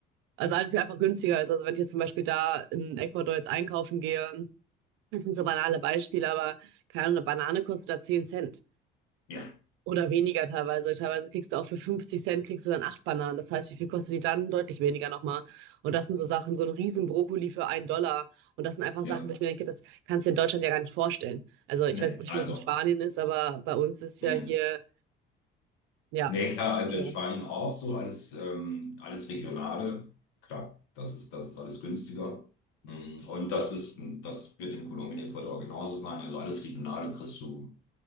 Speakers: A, on the right; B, on the left.
A: also alles ja einfach günstiger ist. Also wenn ich jetzt zum Beispiel da in Ecuador jetzt einkaufen gehe, das sind so banale Beispiele, aber keine Ahnung, eine Banane kostet da 10 Cent.
B: ja,
A: Oder weniger teilweise. Teilweise kriegst du auch für 50 Cent kriegst du dann acht Bananen. Das heißt, wie viel kostet die dann? Deutlich weniger nochmal. Und das sind so Sachen, so ein riesen Brokkoli für einen Dollar. Und das sind einfach
B: ja.
A: Sachen, wo ich mir denke, das kannst du in Deutschland ja gar nicht vorstellen. Also ich
B: Nee,
A: weiß jetzt nicht,
B: also.
A: wie das in Spanien ist, aber bei uns ist ja
B: Mh.
A: hier, ja,
B: Nee, klar, also
A: ja,
B: in Spanien auch so alles, ähm, alles Regionale. Klar, das ist, das ist alles günstiger. Mm, Und das ist, das wird in Kolumbien, Ecuador genauso sein. Also alles Regionale kriegst du,